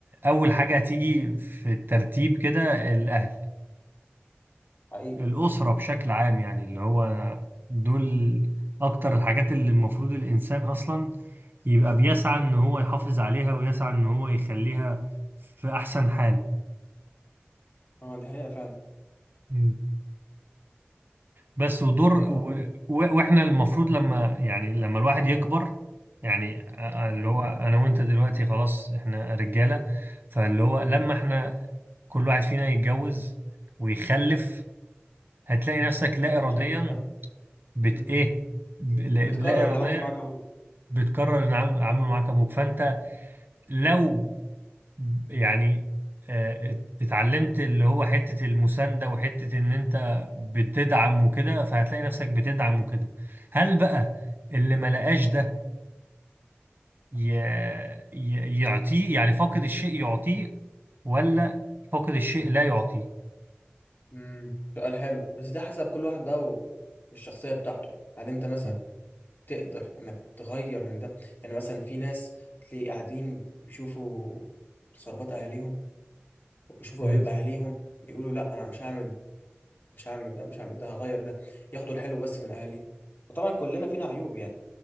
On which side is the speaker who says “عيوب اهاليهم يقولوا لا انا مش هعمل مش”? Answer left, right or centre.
Left